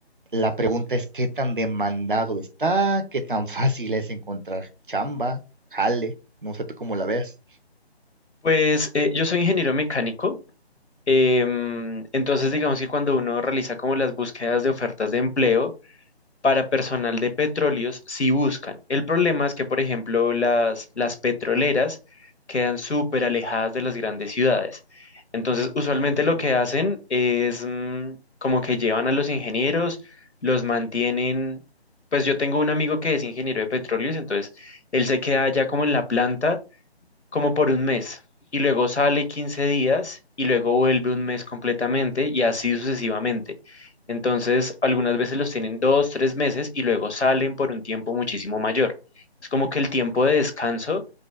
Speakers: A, on the right; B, on the left.
A: La pregunta es qué tan demandado está, qué tan fácil es encontrar chamba, jale, no sé tú cómo la ves.
B: Pues eh, yo soy ingeniero mecánico, em, entonces digamos que cuando uno realiza como las búsquedas de ofertas de empleo, para personal de petróleos si buscan. El problema es que, por ejemplo, las, las petroleras quedan súper alejadas de las grandes ciudades. Entonces, usualmente
A: Mm.
B: lo que hacen es mm, como que llevan a los ingenieros, los mantienen. Pues yo tengo un amigo que es ingeniero de petróleos, entonces él se queda allá como en la planta como por un mes y luego sale 15 días y luego vuelve un mes completamente y así sucesivamente. Entonces, algunas veces los tienen dos, tres meses y luego salen por un tiempo muchísimo mayor. Es como que el tiempo de descanso